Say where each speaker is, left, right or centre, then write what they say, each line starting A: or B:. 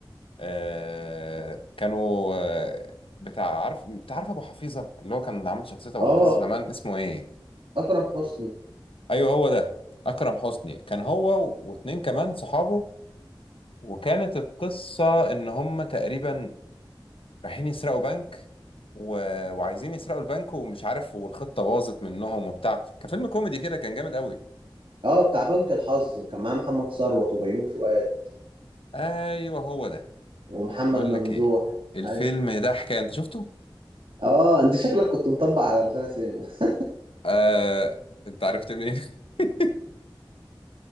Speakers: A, on the left (about 80°); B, on the right (about 80°).
A: آه كانوا آه بتاع عارف بتاع عارف ابو حفيظة اللي هو كان عامل شخصية ابو
B: اه
A: حفيظة زمان اسمه ايه
B: اكرم حسني
A: ايوه هو ده اكرم حسني كان هو واتنين كمان صحابه وكانت القصة ان هم تقريبا رايحين يسرقوا بنك و... وعايزين يسرقوا البنك ومش عارف والخطة باظت منهم وبتاع كان فيلم كوميدي كده كان جامد قوي
B: اه بتاع بنك الحظ وكان معاه محمد ثروت وبيومي فؤاد
A: ايوه هو ده
B: ومحمد
A: هو- بقول
B: ممدوح
A: لك ايه الفيلم
B: ايوه
A: ده حكاية انت شفته
B: اه انت شكلك كنت مطبق على روتانا سينما <laughs>
A: آه... انت عرفت منين <laughs>